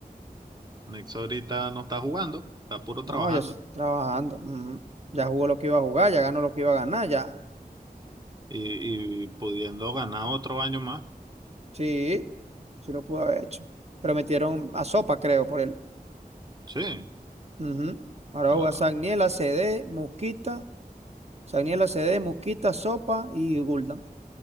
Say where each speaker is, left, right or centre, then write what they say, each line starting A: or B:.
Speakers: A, on the right (about 25°); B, on the right (about 45°).
A: Nexo ahorita no está jugando, está puro trabajando
B: No, ya estoy trabajando. ujú. Ya jugó lo que iba a jugar, ya ganó lo que iba a ganar, ya.
A: y, y pudiendo ganar otro año más.
B: Sí, sí lo pudo haber hecho. Pero metieron a Sopa, creo, por él.
A: Sí.
B: Ujú. Ahora va
A: Ah,
B: a jugar Sagniela, CD, Musquita. Sagniela, CD, Musquita, Sopa y Guldan.